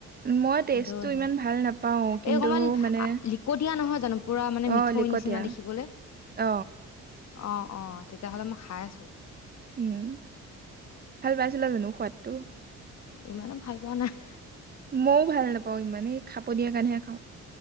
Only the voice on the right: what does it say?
মই টেষ্টটো
ইমান ভাল নাপাও কিন্তু
মানে
অ লিকটীয়া
অ
উম, ভাল পাইছিলা জানো সোৱাদটো?
মও ভাল নাপাওঁ ইমানে এই খাব দিয়া কাৰণেহে খাওঁ।